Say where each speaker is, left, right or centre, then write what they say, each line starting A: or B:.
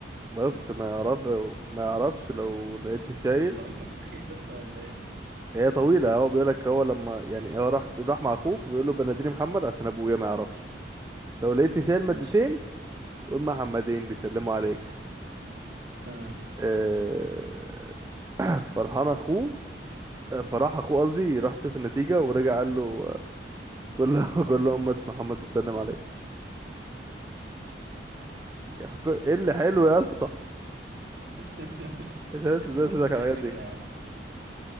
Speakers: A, on the right; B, on the right.
A: بس ما يعرف ما يعرفش لو لقيتني شايل
B: طب انت بتحكي قصه ولا ايه
A: هي طويلة هو بيقول لك هو لما يعني هو راح راح مع اخوه فبيقول له بناديني محمد عشان ابويا ما يعرفش لو لقيتني شايل مادتين
B: ماشي
A: قول محمدين بيسلموا عليك
B: اه
A: آه، <coughs> <clears throat> فرحان اخوه آه، فراح اخوه قصدي راح شوف النتيجة ورجع قال له آه، قول له <laughs> قول له امة محمد بتسلم عليك يا حك- ايه اللي حلو يا اسطى
B: <laughs>
A: مش عارف إنت ازاي تضحك
B: فيها
A: على
B: فكرة
A: الحاجات دي
B: يا عم